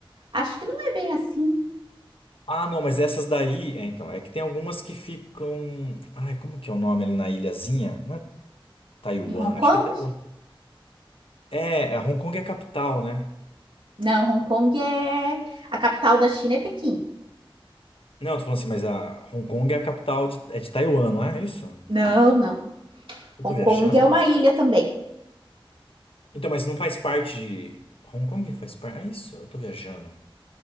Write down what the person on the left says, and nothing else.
Ah, não, mas essas daí. É, então, é que tem algumas que ficam. Ai, como que é o nome ali na ilhazinha? Não é Taiwan?
Acho
que é Taiwan. É, a Hong Kong é a capital, né?
Não, eu tô falando assim, mas a Hong Kong é a capital de, é de Taiwan, não é isso?
Eu
tô viajando?
Então, mas não faz parte de. Hong Kong faz parte. É isso? Eu tô viajando.